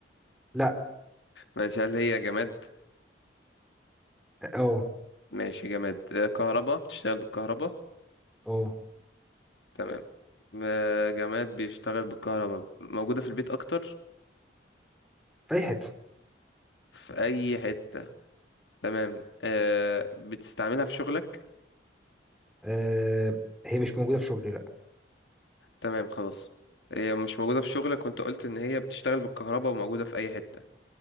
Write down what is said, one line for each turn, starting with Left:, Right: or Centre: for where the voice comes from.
Centre: لا
Left: ماشي هل هي جماد
Centre: اه
Left: ماشي جماد آه، كهربا بتشتغل بالكهربا
Centre: اه
Left: تمام آه، جماد بيشتغل بالكهربا موجودة في البيت اكتر
Centre: في اي حته
Left: في اي حتة تمام آه، بتستعملها في شغلك
Centre: آه هي مش موجوده في شغلي لا
Left: تمام خلاص هي مش موجودة في شغلك وانت قلت ان هي بتشتغل بالكهربا وموجودة في اي حتة